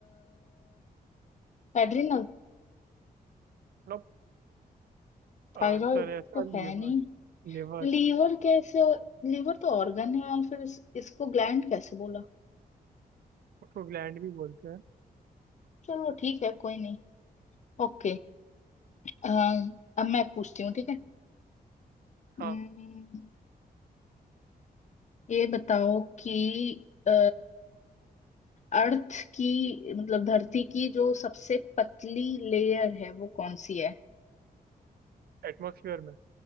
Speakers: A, on the left; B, on the right.
A: एड्रिनल
B: नोप
A: थायराइड
B: आंसर है इसका
A: तो
B: लिवर
A: है नहीं
B: लिवर
A: लीवर कैसे लीवर तो ऑर्गन है और फिर इस, इसको ग्लैंड कैसे बोला
B: उसको ग्लैंड भी बोलते हैं
A: चलो ठीक है कोई नहीं ओके अ, अब मैं पूछती हूँ ठीक है अम्म,
B: हाँ
A: ये बताओ कि अ, अर्थ की मतलब धरती की जो सबसे पतली लेयर है वो कौन सी है
B: एटमोसफियर में